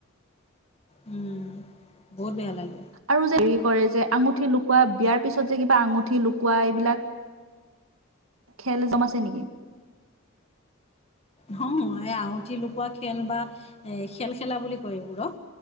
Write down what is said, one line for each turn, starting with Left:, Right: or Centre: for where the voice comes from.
Left: উম, বহুত বেয়া লাগে।
Right: আৰু যে হেৰি কৰে যে আঙুঠি লুকোৱা বিয়াৰ পিছত যে, কিবা আঙুঠি লুকোৱা এইবিলাক, খেল <unintelligible> আছে নেকি?
Left: <unintelligible> আঙুঠি লুকুৱা খেল বা এ খেল খেলা বুলি কয় এইবোৰক।